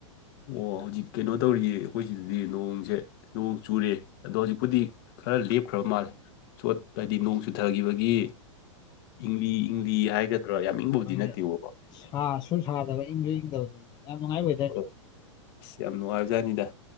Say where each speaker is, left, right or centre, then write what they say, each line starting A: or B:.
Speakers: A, on the left (about 45°); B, on the left (about 25°).
A: ꯑꯣ ꯍꯧꯖꯤꯛ ꯀꯩꯅꯣ ꯇꯧꯔꯤꯌꯦ ꯑꯩꯈꯣꯏ ꯁꯤꯗꯗꯤ ꯅꯣꯡꯁꯦ ꯅꯣꯡ ꯆꯨꯔꯦ ꯑꯗꯣ ꯍꯧꯖꯤꯛꯄꯨꯗꯤ ꯈꯔ ꯂꯦꯞꯈ꯭ꯔꯕ ꯃꯥꯜꯂꯦ ꯆꯣꯠ ꯍꯥꯏꯗꯤ ꯅꯣꯡ ꯆꯨꯊꯈꯤꯕꯒꯤ ꯏꯪꯂꯤ ꯏꯪꯂꯤ ꯍꯥꯏꯒꯗ꯭ꯔꯥ ꯌꯥꯝ ꯏꯪꯕꯕꯨꯗꯤ
B: ꯍꯣꯏꯅꯦ
A: ꯅꯠꯇꯦꯕꯀꯣ
B: ꯁꯥꯁꯨ ꯁꯥꯗꯕ ꯏꯪꯁꯨ ꯏꯗꯥꯕꯗꯨꯅꯤ ꯌꯥꯝ ꯅꯨꯡꯉꯥꯏ ꯋꯦꯗ꯭ꯔ
A: ꯑꯣ ꯑꯁ ꯌꯥꯝ ꯅꯨꯡꯉꯥꯏꯕꯖꯥꯠꯅꯤꯗ